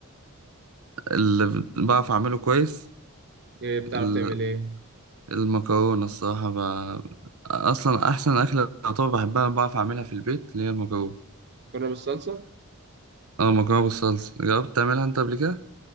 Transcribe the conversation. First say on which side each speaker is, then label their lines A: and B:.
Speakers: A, on the right; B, on the right.
A: اللي بعرف اعمله كويس
B: إيه بتعرف
A: ال-
B: تعمل ايه
A: المكرونة الصراحة ب... اصلا احسن اكلة طبعا بحبها بعرف اعملها في البيت اللي هي المكرونة
B: مكرونه بالصلصه
A: اه المكرونة بالصلصة جربت تعملها انت قبل كده